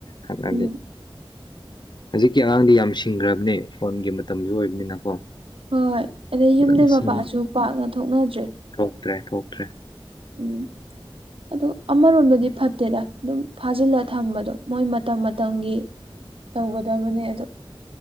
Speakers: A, on the left; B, on the right.
A: ꯍꯟꯗꯛꯗꯤ꯫
B: ꯎꯝ
A: ꯍꯧꯖꯤꯛꯀꯤ ꯑꯉꯥꯡꯗꯤ ꯌꯥꯝ ꯁꯤꯡꯈ꯭ꯔꯕꯅꯦ ꯐꯣꯟꯒꯤ ꯃꯇꯝꯁꯨ ꯑꯣꯏꯕꯅꯤꯅꯀꯣ꯫
B: ꯍꯣꯏ ꯑꯗꯩ
A: ꯐꯖꯅ
B: ꯌꯨꯝꯗꯩ ꯃꯄꯥꯟꯁꯨ
A: ꯁꯤꯡꯉꯤ
B: ꯄꯥꯛꯅ ꯊꯣꯛꯅꯗ꯭ꯔꯦ꯫
A: ꯊꯣꯛꯇ꯭ꯔꯦ ꯊꯣꯛꯇ꯭ꯔꯦ
B: ꯎꯝ ꯑꯗꯣ ꯑꯃꯔꯣꯝꯗꯗꯤ ꯐꯠꯇꯦꯗ ꯑꯗꯨꯝ ꯐꯥꯖꯤꯜꯂ ꯊꯝꯕꯗꯣ ꯃꯣꯏ ꯃꯇꯝ ꯃꯇꯝꯒꯤ ꯇꯧꯒꯗꯕꯅꯦ ꯑꯗꯣ